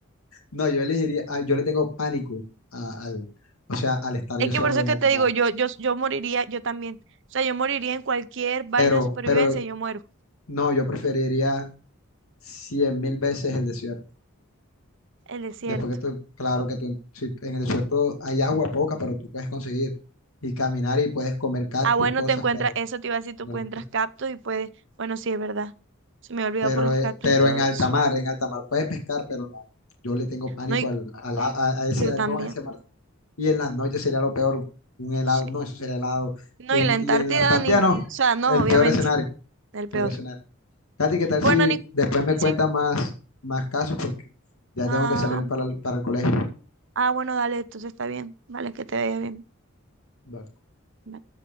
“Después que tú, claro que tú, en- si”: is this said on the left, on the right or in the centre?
Left